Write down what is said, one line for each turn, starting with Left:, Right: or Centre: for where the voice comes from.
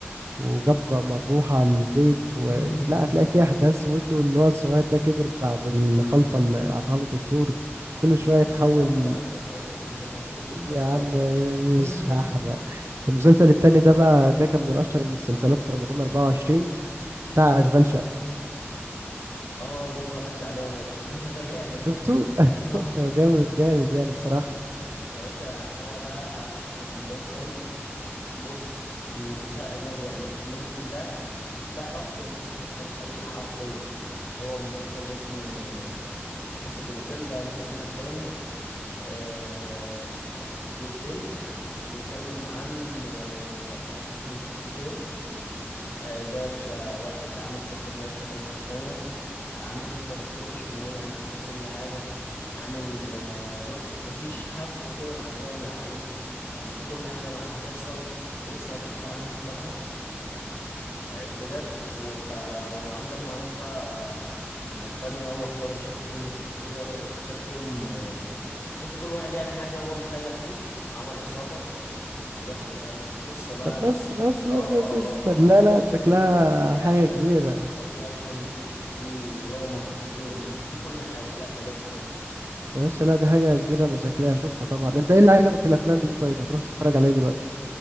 Right: وجاب مربوحة على البيت و...
Left: <laughs>
Right: لا هتلاقي فيه احداث وابنه اللي هو الصغير ده كبر بعد الخلطة اللي قطعها له الدكتور كل شوية يتحول
Left: ما تحرقوش بقى ما تحرقوش ما تحرقوش
Right: يا
Left: اتفرج
Right: عم
Left: عليه <laughs>
Right: مش هحرق المسلسل التاني ده بقى ده كان من اشهر المسلسلات في رمضان 24 بتاع اشغال شقة
Left: اه ده اتفرجت عليه انا ده <laughs> ده جامد
Right: شفته
Left: ده اه
Right: جامد جامد يعني بصراحة
Left: <laughs> يا باشا انا بقى هرشح لك مسلسل بص مسلسل اجنبي يعني من ده ده افجر مسلسل اتفرجت عليه حرفيا هو مسلسل اسمه آه، لا كاسا دي بابيل ده مسلسل اسباني آه، جزئين بيتكلم عن آه، حد اسمه بروفيسير آه، ده يا باشا واحد عامل خطة انه يسرق بنك اسبانيا عامل خطة متخرش المية عامل حساب كل حاجة عامل آه، بص مفيش هفوة كده معدية من عليه يعني كل حاجة ما- هتحصل ولسه هتحصل عامل حسابها آه، بجد و- ف وجمع ناس بقى من اسبانيا هو اختارهم شاف فيهم شخصية آه، شاف فيهم آه، شافوا كل واحد يعني حاجة هو محتاجها فيه وعمل عصابة ودخلوا بقى الب- القصة بقى
Right: طب بس
Left: بص
Right: بس
Left: اه
Right: بس بس
Left: اه
Right: اصبر
Left: اه
Right: لا
Left: اه
Right: لا
Left: هو فيلم
Right: شكلها
Left: فيه
Right: حاجة
Left: أكشن
Right: كبيرة
Left: اه فيه أكشن فيه فيه دراما فيه رومانس فيه كل حاجة لا بجد فاجر
Right: يا باشا لا دي حاجة كبيرة أنا شكلها هشوفها طبعا أنت إيه اللي عجبك في الأفلام دي طيب هتروح تتفرج عليها دلوقتي